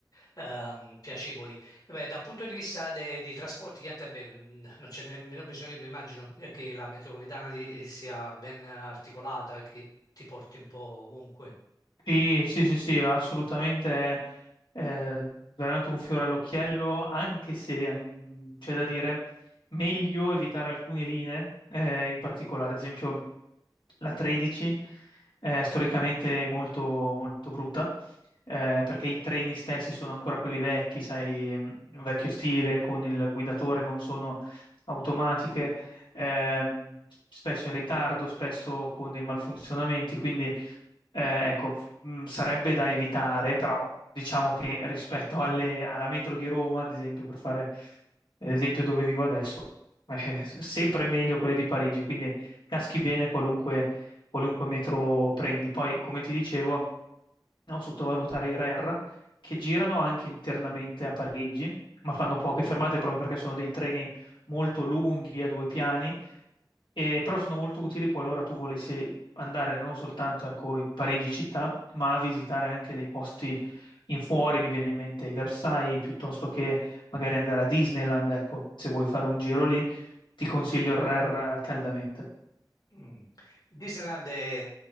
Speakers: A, on the left; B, on the left.
A: ehm, piacevoli Eh Beh, da un punto di vista de- dei trasporti, chiaramente, beh, mh, non c'è nemmeno bisogno di dirlo, immagino eh, che la metropolitana di- eh, sia ben articolata, che ti porti un po' ovunque.
B: Sì, sì, sì, sì, assolutamente è eh, veramente un fiore all'occhiello, anche se an- c'è da dire meglio evitare alcune linee, eh, in particolare, ad esempio la 13 è storicamente molto, molto brutta, eh, perché i treni stessi sono ancora quelli vecchi, sai, mh, vecchio stile, con il guidatore non sono automatiche, ehm, spesso in ritardo, spesso con dei malfunzionamenti, quindi eh, ecco, mh, sarebbe da evitare, però diciamo che rispetto alle- alla metro di Roma, ad esempio, per fare l'esempio dove vivo adesso, <laughs> è sempre meglio quelle di Parigi, quindi caschi bene qualunque, qualunque metro prendi. Poi, come ti dicevo, non sottovalutare i RER che girano anche internamente a Parigi, ma fanno poche fermate proprio perché sono dei treni molto lunghi a due piani e però sono molto utili qualora tu volessi andare non soltanto, ecco, in Parigi città, ma a visitare anche dei posti in fuori, mi viene in mente Versailles, piuttosto che magari andare a Disneyland, ecco, se vuoi fare un giro lì, ti consiglio il RER caldamente.
A: Mm. Disneyland è